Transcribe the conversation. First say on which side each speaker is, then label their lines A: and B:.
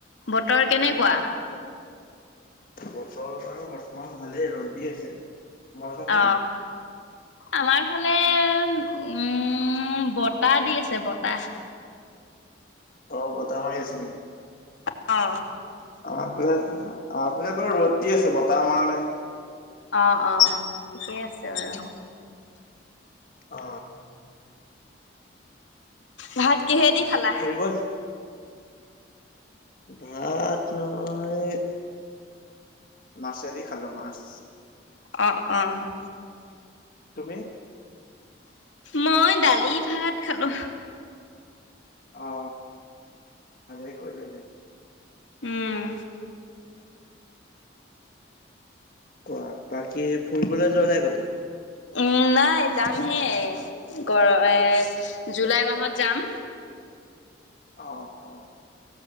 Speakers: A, on the left (about 85°); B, on the left (about 50°).
A: বতৰ কেনেকুৱা?
B: বতৰ বাৰু বৰ্তমান ভালেই ৰ'দ দি আছে। তোমালোকৰ ফালে
A: অ, আমাৰ ফালে উম, বতাহ দি আছে বতাহ।
B: অ, বতাহ মাৰি আছে নেকি?
A: অ।
B: আমাৰ ফালে, আমাৰ ফালে বাৰু ৰদ দি আছে বতাহ মৰা নাই।
A: অ, অ, অ, ঠিকেই আছে বাৰু।
B: অ।
A: ভাত
B: দিয়া
A: কিহেদি খালা?
B: ফুৰিব ভাত, মই মাছেদি খালো, মাছ।
A: অ, অ।
B: তুমি?
A: মই দালি ভাত খালো।
B: অ, ভালেই কৰিলা দি
A: উম।
B: কোৱা, বাকী ফুৰিবলৈ যোৱা নাই কতো?
A: উম, নাই যামহে গৰ-এ, জুলাই মাহত যাম।
B: অ, অ,